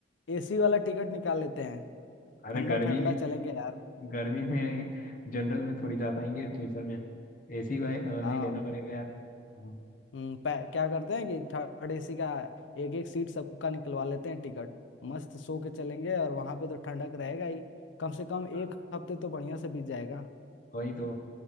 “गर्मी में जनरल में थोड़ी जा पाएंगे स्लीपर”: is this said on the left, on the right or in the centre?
Left